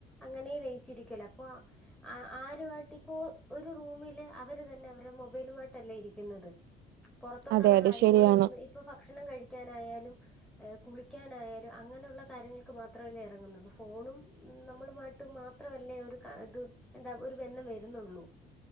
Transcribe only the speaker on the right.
അതെ അതെ
ശരിയാണ്.